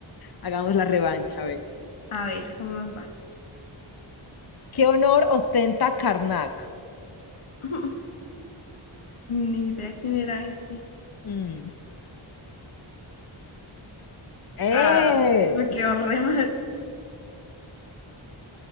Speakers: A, on the left (about 50°); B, on the left (about 85°).
A: Hagamos la revancha, a ver.
B: A ver, ¿cómo nos va?
A: ¿Qué honor ostenta Karnak?
B: <laughs> Ni idea quién era ese.
A: Mm. ¡Eh!
B: Ah, me quedó re mal.